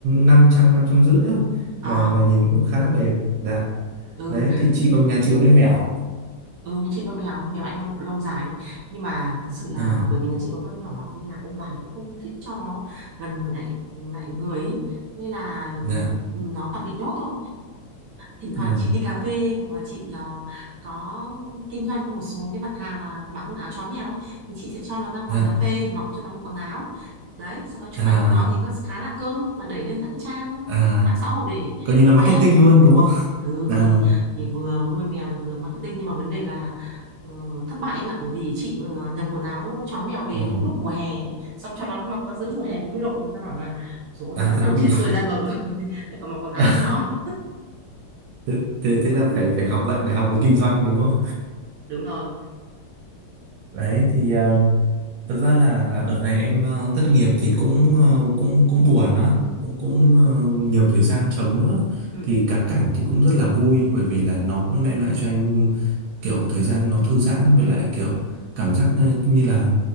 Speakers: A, on the right (about 80°); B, on the right (about 65°).
A: năm trăm năm trăm rưỡi thôi
B: À,
A: mà mà nhìn cũng khá là đẹp dạ
B: ừ
A: đấy thì chị còn nhà chị có nuôi mèo à?
B: Ừ, nhà chị nuôi mèo mèo anh lông, lông dài ấy. nhưng mà thật sự là
A: Ờ,
B: bởi vì nhà chị có con nhỏ nên là ông bà cũng không thích cho nó gần lại lại người ấy. nên là
A: dạ
B: ừ, nó toàn bị nhốt thôi thỉnh
A: dạ
B: thoảng chị đi cà phê hoặc là chị ờ, có kinh doanh một số cái mặt hàng mà bán quần áo chó mèo ấy, thì chị sẽ cho nó ra ngoài
A: dạ
B: cà phê rồi mặc cho nó bộ quần áo đấy sau đó chụp
A: à
B: ảnh cho nó thì nó khá là cưng mà đẩy lên các cái trang
A: à
B: mạng xã hội để
A: coi như là marketing
B: khoe
A: luôn đúng không
B: ừ
A: à
B: thì thì vừa nuôi mèo thì vừa marketing nhưng mà vấn đề là ờ, thất bại em ạ bởi vì chị ờ, nhập quần áo chó mèo về
A: ờ.
B: đúng lúc mùa hè ấy. xong cho nó mặc ra giữa mùa hè bốn mươi độ người ta bảo là số nó
A: à
B: đã nóng
A: thế nó bị
B: chết người ra đường rồi <laughs> lại còn mặc quần áo
A: <laughs>
B: cho nó
A: thế, thế thế là
B: <laughs>
A: phải phải học lại bài học về kinh doanh đúng không
B: đúng rồi
A: đấy thì ờ, Thực ra là là đợt này em ờ, thất nghiệp thì cũng ờ, cũng cũng buồn á, cũng cũng ờ, nhiều thời gian trống nữa.
B: ừ
A: Thì cá cảnh thì cũng rất là vui bởi vì là nó cũng đem lại cho em kiểu thời gian nó thư giãn với lại kiểu cảm giác như như là